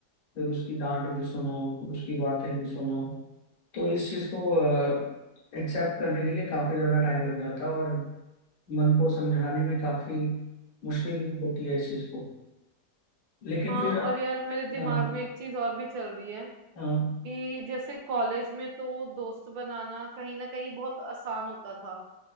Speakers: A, on the left; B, on the right.
A: फिर उसकी डांट भी सुनो फिर उसकी बातें भी सुनो तो इस चीज़ को एक्सेप्ट करने के लिए काफी ज्यादा टाइम लग जाता है और मन को समझाने में काफी मुश्किल होती है इस चीज को लेकिन
B: हाँ
A: फिर
B: और यार मेरे दिमाग
A: हाँ
B: में एक चीज और भी चल रही है
A: हाँ
B: कि जैसे कॉलेज में तो दोस्त बनाना कहीं ना कहीं बहुत आसान होता था